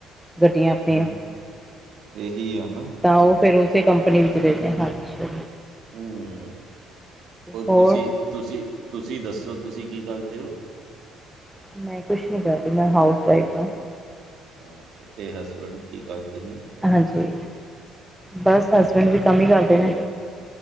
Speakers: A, in the centre; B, on the right.
A: ਗੱਡੀਆਂ ਆਪਣੀਆਂ
B: ਹੂੰ ਇਹੀ ਆ ਨਾ।
A: ਤਾਂ ਉਹ ਫਿਰ ਉਸੇ ਕੰਪਨੀ ਵਿੱਚ ਦੇਣੇ, ਹਾਂਜੀ।
B: ਹੂੰ-ਹੂੰ,
A: ਹੋਰ
B: ਤੁਸੀਂ-ਤੁਸੀਂ-ਤੁਸੀਂ ਦੱਸੋ ਤੁਸੀਂ ਕੀ ਕਰਦੇ ਹੋ?
A: ਮੈਂ ਕੁਛ ਨੀ ਕਰਦੀ, ਮੈਂ ਹਾਊਸ ਵਾਇਫ ਹਾਂ।
B: ਅੱਛਾ, ਤੇ ਹਸਬੈਂਡ ਕੀ ਕਰਦੇ ਨੇ?
A: ਹਾਂਜੀ, ਬਸ ਹਸਬੈਂਡ ਵੀ ਕੰਮ ਹੀ ਕਰਦੇ ਨੇ।